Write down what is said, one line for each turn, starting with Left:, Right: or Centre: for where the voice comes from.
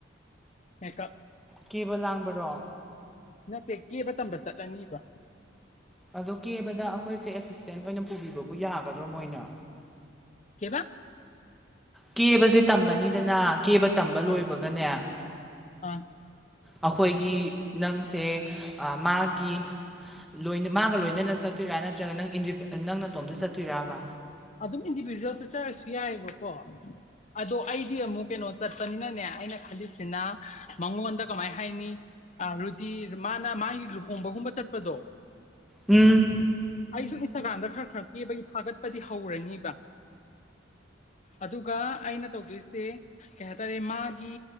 Left: ꯃꯦꯛꯀꯞ
Centre: ꯀꯦꯕ ꯂꯥꯡꯕꯔꯣ꯫
Left: ꯅꯠꯇꯦ ꯀꯦꯕ ꯇꯝꯕ ꯆꯠꯂꯅꯤꯕ꯫
Centre: ꯑꯗꯣ ꯀꯦꯕꯗ ꯑꯩꯈꯣꯏꯁꯦ ꯑꯦꯁꯤꯁꯇꯦꯟ ꯑꯣꯏꯅ ꯄꯨꯕꯤꯕꯕꯨ ꯌꯥꯒꯗ꯭ꯔꯣ ꯃꯣꯏꯅ꯫
Left: ꯀꯩꯕꯥ
Centre: ꯀꯦꯕꯁꯦ ꯇꯝꯃꯅꯤꯗꯅ ꯀꯦꯕ ꯇꯝꯕ ꯂꯣꯏꯕꯒꯅꯦ
Left: ꯑꯥ ꯑꯥ
Centre: ꯑꯩꯈꯣꯏꯒꯤ ꯅꯪꯁꯦ ꯑ ꯃꯥꯒꯤ ꯂꯣꯏꯅ ꯃꯥꯒ ꯂꯣꯏꯅꯅ ꯆꯠꯇꯣꯏꯔꯥ ꯅꯠꯇ꯭ꯔꯒ ꯅꯪ ꯏꯟꯗꯤꯄꯦ ꯅꯪ ꯅꯇꯣꯝꯗ ꯆꯠꯇꯣꯏꯔꯥꯕꯥ꯫
Left: ꯑꯗꯨꯝ ꯏꯟꯗꯤꯕꯤꯖꯨꯋꯦꯜ ꯆꯠꯆꯔꯁꯨ ꯌꯥꯏꯑꯕꯀꯣ꯫ ꯑꯗꯣ ꯑꯩꯗꯤ ꯑꯃꯨꯛ ꯀꯩꯅꯣ ꯆꯠꯄꯅꯤꯅꯅꯦ ꯑꯩꯅ ꯈꯜꯂꯤꯁꯤꯅ ꯃꯉꯣꯟꯗ ꯀꯃꯥꯏ ꯍꯥꯏꯅꯤ꯫ ꯑ ꯔꯨꯗꯤ ꯃꯥꯅ ꯃꯥꯒꯤ ꯂꯨꯍꯣꯡꯕꯒꯨꯝꯕ ꯆꯠꯄꯗꯣ
Centre: ꯎꯝ
Left: ꯑꯩꯁꯨ ꯏꯟꯁꯇꯥꯒ꯭ꯔꯥꯝꯗ ꯈꯔ ꯈꯔ ꯀꯦꯕꯒꯤ ꯊꯥꯒꯠꯄꯗꯤ ꯍꯧꯔꯅꯤꯕ ꯑꯗꯨꯒ ꯑꯩꯅ ꯇꯧꯗꯣꯏꯁꯦ ꯀꯩ ꯍꯥꯏꯇꯥꯔꯦ ꯃꯥꯒꯤ